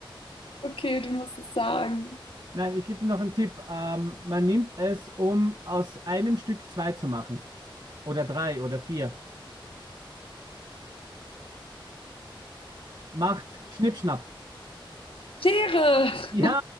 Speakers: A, on the left (about 85°); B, on the right (about 50°).
A: Okay, du musst es sagen.
B: <laughs> Nein, ich gebe dir noch einen Tipp. Ähm, man nimmt es, um aus einem Stück zwei zu machen. Oder drei oder vier. Macht Schnippschnapp.
A: Schere!
B: Ja!